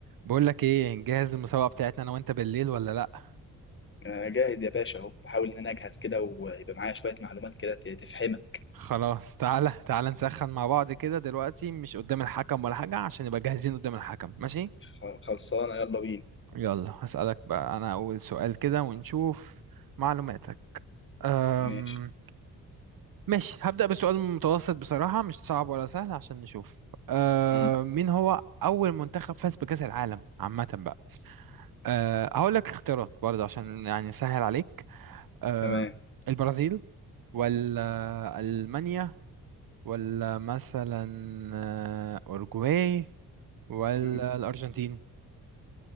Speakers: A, on the right; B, on the left.
A: بقول لك ايه نجهز المسابقة بتاعتنا انا وانت بالليل ولا لا
B: أنا جاهز يا باشا أهو بحاول إن أنا أجهز كده ويبقى معايا شوية معلومات كده ت- تفهمك
A: خلاص تعالى تعالى نسخن مع بعض كده دلوقتي مش قدام الحكم ولا حاجة عشان نبقى جاهزين قدام الحكم ماشي
B: خ- خلصانة يلا بينا
A: يلا هسألك بقى انا اول سؤال كده ونشوف معلوماتك أم...
B: ماشي
A: ماشي هبدأ بسؤال متوسط بصراحة مش صعب ولا سهل عشان نشوف أم...
B: مم.
A: مين هو اول منتخب فاز بكأس العالم عامة بقى أه... هقول لك اختيارات برضه عشان يعني سهل عليك أم...
B: تمام
A: البرازيل ولا ألمانيا ولا مثلا آه، أورجواي ولا
B: مم.
A: الأرجنتين